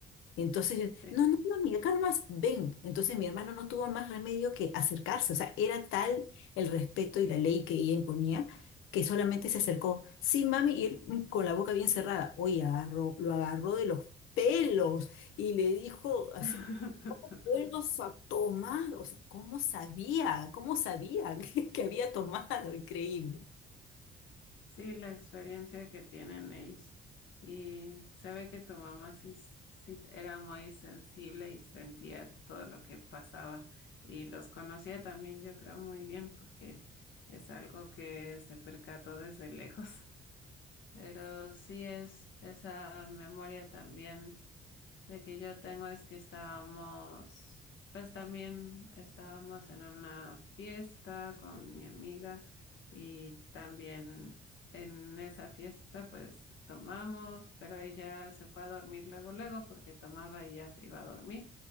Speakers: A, on the left; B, on the left.
A: Entonces, yo,
B: Sí.
A: no, no, no, mi acá nomás, ven. Entonces mi hermano no tuvo más remedio que acercarse. O sea, era tal el respeto y la ley que ella imponía que solamente se acercó. Sí, mami, y él mm, con la boca bien cerrada. Oye, agarró, lo agarró de los pelos y le dijo así,
B: <laughs>
A: vuelvas a tomar. O sea, ¿cómo sabía? ¿Cómo sabía <laughs> que, que había tomado? Increíble.
B: Sí, la experiencia que tienen ellos. Y se ve que tu mamá sí, s- sí era muy sensible y sentía todo lo que pasaba. Y los conocía también, yo creo, muy bien, porque es algo que se percató desde <laughs> lejos. Pero sí es esa memoria también de que yo tengo es que estábamos, pues también estábamos en una fiesta con mi amiga y también en esa fiesta pues tomamos, pero ella se fue a dormir luego, luego porque tomaba y ya se iba a dormir